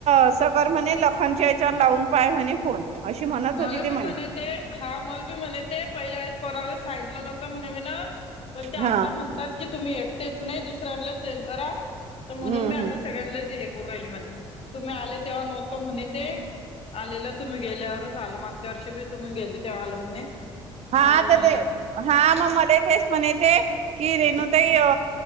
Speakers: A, on the right; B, on the left.
A: असं कर म्हणे लखनच्या याच्यावर लावून पाय म्हणे फोन. अशी म्हणत होती
B: मला
A: ते
B: बी
A: मले
B: म्हणे तेे हा मला बी म्हणे तेे पहिले कोणाला सांगितलं नव्हतं म्हणे मी ना पण ते आत्ता
A: हा
B: म्हणतात की तुम्ही एक तेच नाही दुसऱ्यांना सेड करा
A: हम्म
B: तर म्हणून मी
A: हम्म
B: आता सगळ्यांना करु राहिली म्हणे तुम्ही आले तेव्हा नव्हत म्हणे ते आलेला तुम्ही गेल्यावर झालं मागच्या वर्षी बी तुम्ही गेले तेव आल म्हणे
A: हा
B: म्हणून
A: तर
B: म्हणे
A: ते हा मग मले तेच म्हणे ते. की रेणुताई अ